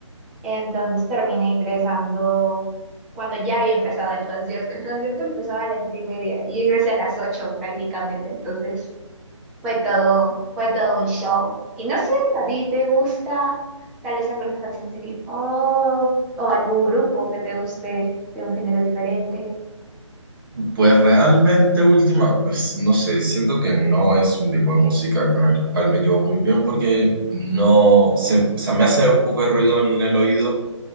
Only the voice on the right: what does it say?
Pues realmente última, pues no sé, siento que no es un tipo de música con el cual me llevo muy bien porque no, se, o sea, me hace un poco de ruido en el oído,